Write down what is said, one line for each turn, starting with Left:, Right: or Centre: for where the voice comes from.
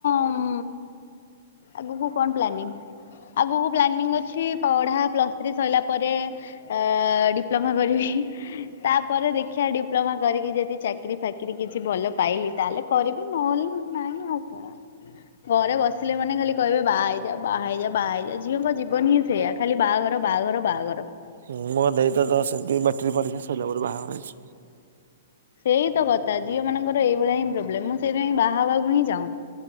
Left: ଉମ୍ ଆଗୁକୁ କଣ ପ୍ଲାନିଂ? ଆଗୁକୁ ପ୍ଲାନିଂ ଅଛି ପଢା ପ୍ଲ ପ୍ଲସ ଥ୍ରୀ ସଇଲା ପରେ, ଆ ଡିପ୍ଲୋମା କରିବି ତାପରେ ଦେଖିଆ ଡିପ୍ଲୋମା କରିକି ଯେଦି ଚାକିରୀ ଫାକିରି କି କିଛି ଭଲ ପାଇଲି, ତାହେଲେ କରିବି ନହେଲେ ନାଇଁ ଆଉ କଣ। ଘରେ ବସିଲେ ମାନେ ଖାଲି କହିବେ, ବାହା ହେଇଯା, ବାହା ହେଇଯା, ବାହା ହେଇଯା, ଝିଅଙ୍କ ଜୀବନ ହିଁ ସେୟା। ଖାଲି ବାହାଘର, ବାଆଘର, ବାଆଘର।
Right: ହଁ ମୋ ଦେଇ ତ ଦଶ ସେମତି ମାଟ୍ରିକ ପରୀକ୍ଷା ସଇଲା ପରେ ବାହାଘର ହେଇଚି।
Left: ସେଇ ତ କଥା। ଝିଅ ମାନଙ୍କର ଏଇଭଳିଆ ହିଁ ପ୍ରୋବ୍ଲେମ, ମୁଁ ସେଇଥିପାଇଁ ବାହା ହବାକୁ ହିଁ ଚାହୁଁନି।